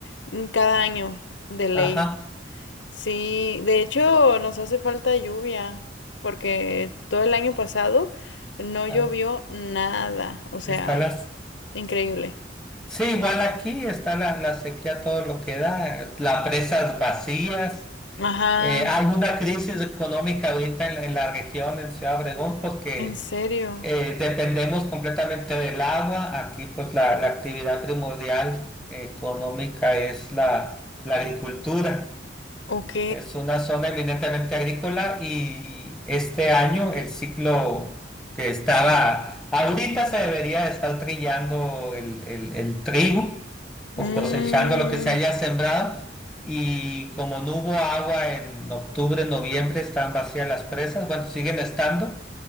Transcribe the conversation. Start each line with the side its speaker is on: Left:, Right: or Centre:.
Left: mm, cada año de ley.
Centre: Ajá.
Left: Sí, de hecho, nos hace falta lluvia, porque todo el año pasado no
Centre: acá
Left: llovió nada. O sea,
Centre: Está las...
Left: increíble.
Centre: Sí, igual aquí está la, la sequía, todo lo que da, las presas vacías.
Left: Ajá,
Centre: Eh, hay una crisis económica ahorita en, la en la región, en Ciudad Obregón, porque
Left: en serio.
Centre: eh, dependemos completamente del agua. Aquí pues la, la actividad primordial eh, económica es la, la agricultura.
Left: Ok.
Centre: Es una zona eminentemente agrícola y este año el ciclo que estaba, ahorita se debería estar trillando el, el- el trigo
Left: Mm,
Centre: o cosechando lo que se haya sembrado y como no hubo agua en octubre, noviembre, estaban vacías las presas, bueno, siguen estando,